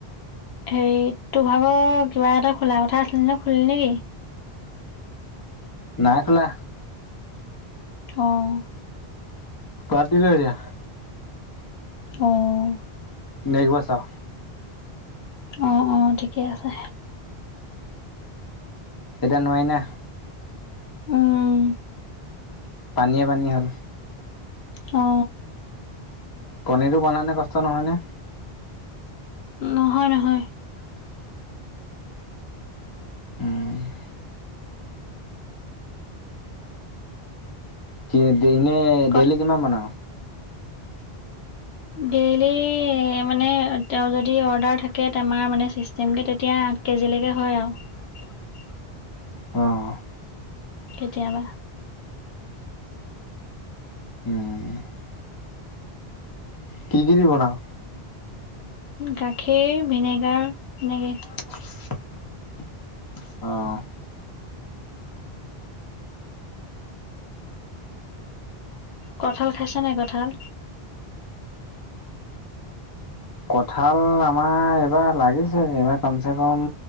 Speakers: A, on the left (about 80°); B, on the left (about 25°).
A: হেৰি তোৰ ভাগৰ কিবা এটা খোলা কথা আছিল ন খুলিলি না নেকি?
B: নাই খোলা।
A: অঁ!
B: বাদ দিলো এতিয়া।
A: অঁ-
B: নেক্স বছৰ।
A: অঁ অঁ ঠিকে আছে।
B: এতিয়া নোৱিৰি না।
A: উমঁ!
B: পানীয়ে পানীয়ে হ'ল।
A: অঁ!
B: পনীৰটো বনাওতে কস্থ নহয়নে?
A: নহয় নহয়।
B: উমঁ - কি এ দিনে
A: কত
B: ডেইলি কিমান বনাওঁ?
A: ডেইলি মানে তেওঁ যদি অৰ্ডাৰ থাকে টেমাৰ মানে চি- তেনেকে তেতিয়া আঠ কেজিলৈকে হয়ঁ আৰ। <unintelligible>
B: অঁ!
A: কেতিয়াবা।
B: উমঁ উমঁ উমঁ! কি কি দি বনাও।
A: গাখীৰ ভিনেগাৰ এনেকে।
B: <unintelligible> অঁ!
A: কঠাল খাইছা নাই কঠাল?
B: কঁঠাল আমাৰ এইবাৰ লাগিছে, এইবাৰ কমচে কম